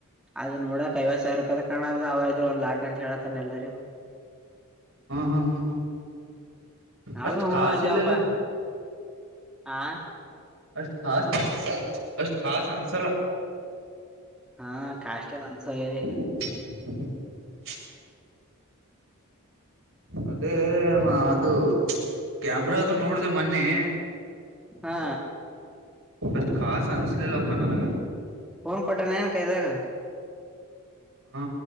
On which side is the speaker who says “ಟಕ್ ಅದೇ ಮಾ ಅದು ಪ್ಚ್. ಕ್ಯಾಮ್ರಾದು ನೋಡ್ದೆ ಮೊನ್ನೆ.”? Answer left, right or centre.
Right